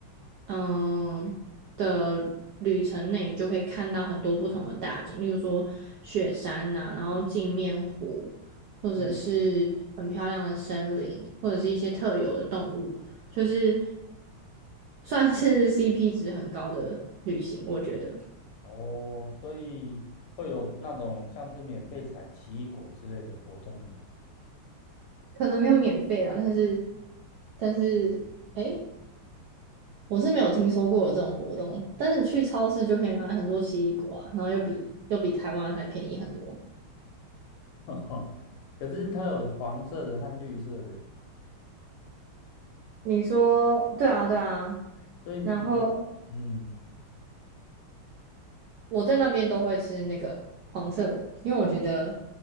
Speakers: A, on the right; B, on the left.
A: 嗯的旅程内，你就可以看到很多不同的大景，例如说雪山呐、然后镜面湖，或者是很漂亮的森林，
B: 嗯，
A: 或者是一些特有的动物，就是算是 CP 值很高的旅行，我觉得
B: 哦，所以会有那种像是免费采奇异果之类的活动吗？
A: 可能没有免费啦，但是但是诶，我是没有听说过有这种活动，但是你去超市就可以买很多奇异果啊，然后又比又比台湾还便宜很多。
B: <laughs> 可是它有黄色的和绿色的，
A: 你说对啊，对啊。
B: 所以你有，
A: 然后
B: 嗯。
A: 我在那边都会吃那个黄色的，因为我觉得
B: 哦。